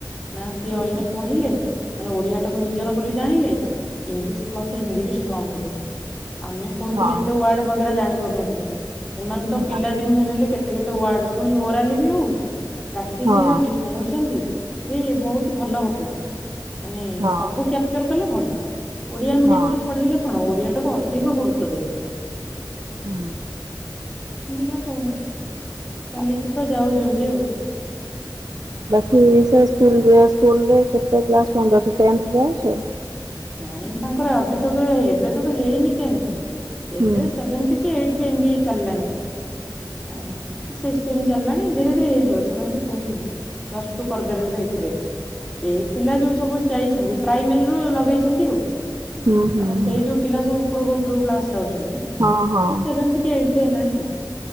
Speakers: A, in the centre; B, on the right (about 55°).
A: ନା ସିଏ
B: ହୁଁ
A: ଅଇନେ ପଢିଲେ ମାନେ ଓଡିଆ ତାକୁ ନିଜର ବୋଲି ଜାଣିଲେ ଇଂଲିଶ ପ୍ଲସ ହିନ୍ଦୀ ବି ଷ୍ଟ୍ରଙ୍ଗ ହେଇଯିବ। ଆମେ ପଢୁଥିଲେ
B: ହଁ
A: ଏତେ ୱାର୍ଡ ବଗେରା ଜାଣି ପାରୁନଥିଲେ ଏମାନେ ତ
B: ହଁ
A: ପିଲାଦିନୁ ହେଲେ ହେଲେ କେତେ କେତେ କେତେ ୱାର୍ଡ ଶୁଣି ଓରାଲି ବି ହଉ ପ୍ରାକ୍ଟିସ୍
B: ହଁ
A: ହେଇଯାଉଛି ଶୁଣୁଚନ୍ତି ଭି ବହୁତ ଭଲ ହବ ମାନେ
B: ହଁ
A: ସବୁ କ୍ୟାପଚର କଲେ ଭଲ। ଓଡ଼ିଆ ମିଡିୟମରେ
B: ହଁ
A: ପଢେଇିଲେ କଣ ଓଡ଼ିଆଟାକୁ ଅଧିକ ଗୁରୁତ୍ୱ ଦେବେ।
B: ହୁଁ।
A: ହିନ୍ଦି ରେ କୁହ ଚାଲିଛି ତ ଯାଉ ଯଉ ଯାଏ ଆଉ।
B: ବାକି ସେ ସ୍କୁଲ ଯା ସ୍କୁଲ ରେ କେତେ କ୍ଲାସ୍ ପନ୍ଦରସ୍‌ ଟେନ୍ଥ ଯାଏ ଟେନ୍ଥ।
A: ନାଇ ତାଙ୍କର ଅଭିଯୋଗ ଏବେ ତକ ହେଇନି ଟେନ୍ଥ
B: ହୁଁ
A: ଏବେ ସେଭେନ୍ଥ କି ଏଇଟ୍‌ ଏମତି ଚାଲଲାଣି ଆଉ ସିକ୍ଟିନ ଚାଲିଲାଣି ଧୀରେ ଧୀରେ ହେଇଯିବ। ସେମାନେ ବି କହୁଛନ୍ତି ପ୍ଲସଟୁ କରିଦେବେ ସେଇଥିରେ। ଏ ପିଲା ଯୋଉ ସବୁ ଯାଇଛନ୍ତି ପ୍ରାଇମେରୀରୁୁ ଲଗେଇ ଛନ୍ତି ଆଉ
B: ହୁଁ ହୁଁ
A: ମାନେ ସେଇ
B: ହୁଁ
A: ଯୋଉ ପିଲା ସବୁ ଉପରକୁ ଉପରକୁ କ୍ଲାସ ଯାଉଛନ୍ତି
B: ହଁ ହଁ
A: ସେଭେନ୍ଥ କି ଏଇଟି ହେଲାଣି ଆଉ।